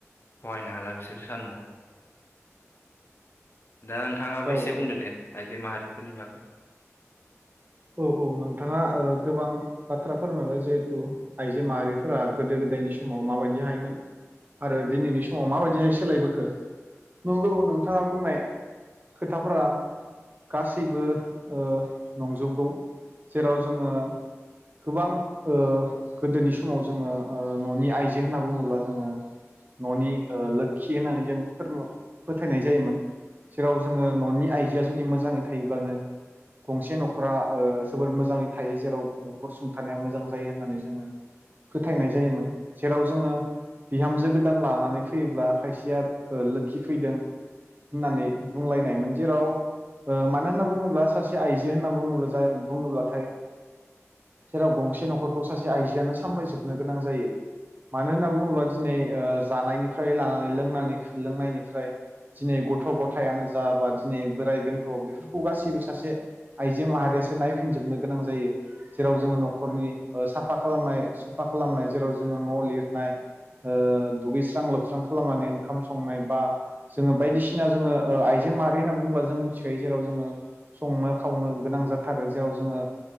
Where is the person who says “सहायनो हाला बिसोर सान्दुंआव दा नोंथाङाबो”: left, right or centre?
Left